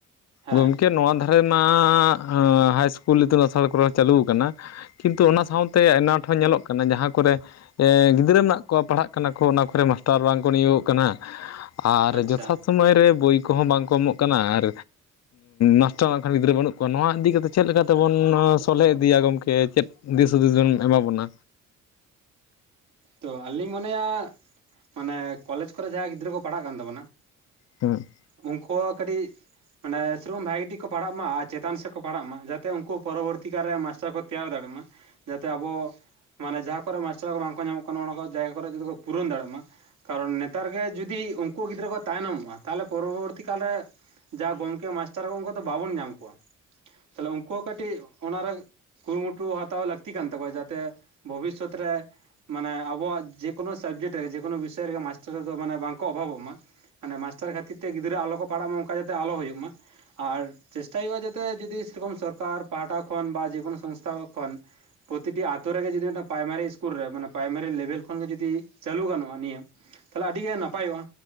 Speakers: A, on the right; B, on the left.
A: ᱦᱮᱸ
B: ᱜᱚᱢᱠᱮ ᱱᱚᱣᱟ ᱦᱳᱭ ᱢᱟ ᱟ ᱦᱟᱭᱥᱠᱩᱞ ᱤᱛᱩᱱ ᱟᱥᱟᱲ ᱠᱚᱨᱮ ᱪᱟᱹᱞᱩ ᱟᱠᱟᱱᱟ᱾ ᱠᱤᱱᱛᱩ ᱚᱱᱟ ᱥᱟᱶᱛᱮ ᱟᱱᱟᱴ ᱦᱚᱸ ᱧᱮᱞᱚᱜ ᱠᱟᱱᱟ ᱡᱟᱦᱟᱸ ᱠᱚᱨᱮ ᱜᱤᱫᱽᱨᱟᱹ ᱨᱮᱱᱟᱜ ᱯᱟᱲᱦᱟᱜ ᱠᱟᱱᱟ ᱠᱚ ᱚᱱᱟ ᱠᱚᱨᱮ ᱢᱟᱥᱴᱟᱨ ᱵᱟᱝᱠᱚ ᱱᱤᱭᱳᱜᱚᱜ ᱠᱟᱱᱟ ᱟᱨ
A: ᱟᱪᱪᱷᱟ
B: ᱡᱚᱛᱷᱟᱛ ᱥᱩᱢᱟᱹᱭ ᱨᱮ ᱵᱳᱭ ᱠᱚᱦᱚᱸ ᱵᱟᱝ ᱠᱚ ᱮᱢᱚᱜ ᱠᱟᱱᱟ, ᱟᱨ ᱢᱟᱥᱴᱟᱨᱠᱷᱟᱱ ᱜᱤᱫᱽᱨᱟᱹ ᱵᱟᱹᱱᱩᱜ ᱠᱚᱣᱟ ᱱᱚᱣᱟ ᱤᱫᱤᱠᱟ ᱠᱟᱛᱮᱫ ᱪᱮᱫ ᱛᱮᱵᱚᱱ ᱥᱚᱞᱦᱮ ᱤᱫᱤᱭᱟ ᱜᱚᱢᱠᱮ ᱪᱮᱫ ᱫᱤᱥ ᱦᱩᱫᱤᱥ ᱡᱚᱱ ᱮᱢᱟ ᱵᱚᱱᱟ
A: ᱛᱚ ᱟᱞᱤ ᱞᱧ ᱢᱚᱱᱮᱭᱟ ᱢᱟᱱᱮ ᱠᱚᱞᱮᱡᱽ ᱠᱚᱨᱮ ᱡᱟᱦᱟᱸ ᱜᱤᱫᱽᱨᱟᱹ ᱠᱚ ᱯᱟᱲᱦᱟᱜ ᱠᱟᱱ ᱛᱟᱵᱚᱱᱟ
B: ᱦᱩᱸ
A: ᱩᱱᱠᱩ ᱠᱟᱹᱴᱤᱡ ᱢᱟᱱᱮ ᱥᱮᱨᱚᱢ ᱵᱷᱟᱜᱤ ᱴᱷᱤᱠ ᱠᱚ ᱯᱟᱲᱦᱟᱜ ᱢᱟᱱᱮ ᱥᱮᱨᱚᱠᱚᱢ ᱵᱷᱟᱜᱮ ᱴᱷᱤᱠ ᱠᱚ ᱯᱟᱲᱦᱟᱣᱟ ᱢᱟᱛᱮ ᱪᱮᱛᱟᱱ ᱥᱮᱫ ᱠᱚ ᱯᱟᱲᱦᱟᱜ ᱢᱟ ᱡᱟᱛᱮ ᱩᱱᱠᱩ ᱯᱚᱨᱚᱵᱚᱨᱛᱤ ᱠᱟᱞᱨᱮ ᱢᱟᱥᱴᱟᱨ ᱠᱚ ᱛᱮᱭᱟᱨ ᱫᱟᱲᱮᱜ ᱢᱟ ᱡᱟᱛᱮ ᱟᱵᱚ ᱢᱟᱱᱮ ᱡᱟᱦᱟᱸ ᱠᱚᱨᱮᱜ ᱢᱟᱥᱴᱟᱨ ᱠᱚ ᱵᱟᱝᱠᱚ ᱧᱟᱢᱚᱜ ᱠᱟᱱᱟ ᱚᱱᱟ ᱠᱚ ᱡᱟᱭᱜᱟ ᱠᱚᱨᱮᱜ ᱡᱚᱫᱤ ᱠᱚ ᱯᱩᱨᱚᱱ ᱫᱟᱲᱮᱭᱟᱜ ᱢᱟ ᱠᱟᱨᱚᱱ ᱱᱮᱛᱟᱨ ᱜᱮ ᱡᱩᱫᱤ ᱩᱱᱠᱩ ᱜᱤᱫᱽᱨᱟᱹ ᱠᱚ ᱛᱟᱭᱱᱚᱢᱚᱜ-ᱟ ᱛᱟᱦᱚᱞᱮ ᱯᱚᱨᱚᱵᱚᱨᱛᱤ ᱠᱟᱞ ᱨᱮ ᱡᱟ ᱜᱚᱢᱠᱮ ᱢᱟᱥᱴᱟᱨ ᱠᱚ ᱩᱱᱠᱩ ᱫᱚ ᱵᱟᱵᱚᱱ ᱧᱟᱢ ᱠᱚᱣᱟ ᱛᱟᱦᱞᱮ ᱩᱱᱠᱩ ᱦᱚᱸ ᱠᱟᱹᱴᱤᱡ ᱚᱱᱟᱨᱮ ᱠᱩᱨᱩᱢᱩᱴᱩ ᱦᱟᱛᱟᱣ ᱞᱟᱹᱠᱛᱤ ᱠᱟᱱ ᱛᱟᱠᱚᱣᱟ ᱡᱟᱛᱮ ᱵᱷᱚᱵᱤᱥᱥᱚᱛ ᱨᱮ ᱢᱟᱱᱮ ᱟᱵᱚᱣᱟᱜ ᱡᱮᱠᱳᱱᱳ ᱥᱟᱵᱡᱮᱠᱴ ᱨᱮᱜᱮᱠᱳᱱᱳ ᱵᱤᱥᱚᱭ ᱨᱮᱜᱮ ᱢᱟᱥᱴᱟᱨ ᱫᱚ ᱢᱟᱱᱮ ᱵᱟᱝᱠᱚ ᱚᱵᱷᱟᱵᱚᱜ ᱢᱟ᱾ ᱢᱟᱱᱮ ᱢᱟᱥᱟᱨ ᱠᱷᱟᱹᱛᱤᱨ ᱛᱮ ᱜᱤᱫᱽᱨᱟᱹ ᱟᱞᱚᱠᱚ ᱯᱟᱲᱦᱟᱜ ᱢᱟ ᱚᱱᱠᱟ ᱡᱟᱛᱮ ᱟᱞᱚ ᱦᱩᱭᱩᱜ ᱢᱟ᱾ ᱟᱨ ᱪᱮᱥᱴᱟᱭ ᱦᱩᱭᱩᱜᱼᱟ ᱡᱟᱛᱮ ᱡᱚᱫᱤ ᱥᱮᱨᱚᱠᱚᱢ ᱥᱚᱨᱠᱟᱨ ᱯᱟᱦᱴᱟ ᱠᱷᱚᱱ ᱵᱟ ᱡᱮᱠᱳᱱᱳ ᱥᱚᱝᱥᱛᱷᱟ ᱠᱚ ᱠᱷᱚᱱ ᱯᱨᱚᱛᱤᱴᱤ ᱟᱛᱩ ᱨᱮᱜᱮ ᱡᱩᱫᱤ ᱢᱤᱫᱴᱟᱝ ᱯᱨᱟᱭᱢᱟᱨᱤ ᱤᱥᱠᱩᱞ ᱨᱮ ᱢᱟᱱᱮ ᱯᱨᱟᱭᱢᱟᱨᱤ ᱞᱮᱵᱮᱞ ᱠᱷᱚᱱᱜᱮ ᱡᱩᱫᱤ ᱪᱟᱹᱞᱩ ᱜᱟᱱᱚᱜ-ᱟ ᱱᱤᱭᱟᱹ ᱛᱟᱦᱚᱞᱮ ᱟᱹᱰᱤ ᱜᱮ ᱱᱟᱯᱟᱭᱚᱜ-ᱟ᱾